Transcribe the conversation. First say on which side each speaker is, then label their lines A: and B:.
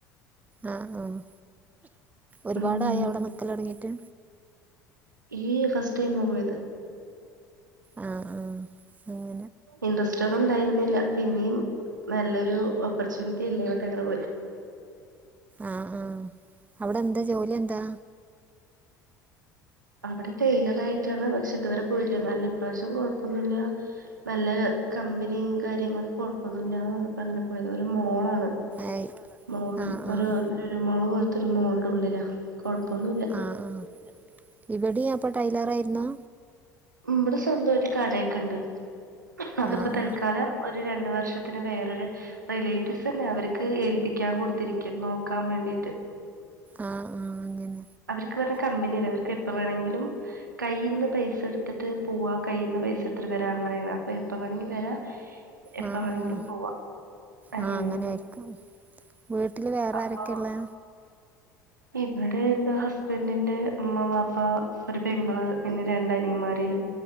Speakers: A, on the right; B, on the right.
A: ആഹ് ആഹ് ഒരുപാടായോ
B: ഉം
A: അവ്ടെ നിക്കലൊട്ങ്ങീട്ട്
B: ഈ ഫസ്റ്റ് ടൈമാ പോയത്
A: ആഹ് ആഹ് അങ്ങനെ
B: ഇൻട്രസ്റ്റ് ട് ണ്ടായ്ര്ന്നില്ല പിന്നെയും നല്ലൊരു ഓപ്പർച്ചൂണിറ്റി അല്ലേറ്ഞ്ഞ്ട്ട്ങ്ങനെ പോയി
A: ആഹ് ആഹ് അവിടെന്താ ജോലി എന്താ
B: അവിടെ ടെയിലറായിട്ടാണ് പക്ഷെ ഇതുവരെ പോയില്ല എന്നാലും ഇപ്രാവിശ്യം കൊഴ്പ്പൊന്നുല്ല നല്ല കമ്പനിം കാര്യങ്ങളൊക്കെ കൊഴ്പ്പൊന്നുല്ലാർഞ്ഞപ്പങ്ങനെ പോയതാ ഒരു മോളാണ്
A: ആയി
B: മോൾ
A: ആഹ് ആഹ്
B: ഒരു ലുലു മോള് പോല്ത്തൊരു മോൾടുള്ളിലാ കൊഴ്പ്പൊന്നുല്ല
A: ഉള്ളിലാ ആഹ് ഹാ ഇവടീം അപ്പം ടൈലറായ്ര്ന്ന്
B: ഉം ഇബടെ സ്വന്തായ് കടേക്കെണ്ട് അത്പ്പതൽക്കാലം
A: ആഹ് ആഹ് ആഹ്
B: ഒര് രണ്ട് വർഷത്തിന് വേറൊരു റിലേറ്റീവ്സന്നെ അവർക്ക് ഏൽപ്പിക്കാൻ കൊടുത്തിരക്കാ നോക്കാൻ വേണ്ടീട്ട്
A: ആഹ് ആഹ് അങ്ങനെ
B: അവർക്ക് പറ്ഞ്ഞാ കമ്പനി അല്ലേ അവർക്ക് എപ്പ വേണെങ്കിലും കയ്യിന്ന് പൈസെട്ത്ത്ട്ട് പോ പോവാ കയ്യ്ന്ന് പൈസെട്ത്ത്ട്ട് വെരാ അങ്ങനേണ് അപ്പം എപ്പവേണങ്കിൽ വെരാ എപ്പവേണെങ്കിലും
A: ആഹ് ആഹ്
B: പോവാ അങ്ങനെയാണ്
A: ആഹ് അങ്ങനേര്ക്കും വീട്ടില് വേറാരെക്കെള്ളേ
B: അപ്പൊ ഇവിടെ എൻ്റെ ഹസ്ബൻ്റിന്റെ ഇമ്മ, വാപ്പ പ്പാ ഒരു പെങ്ങള് പിന്നെ രണ്ട് അനിയന്മാര്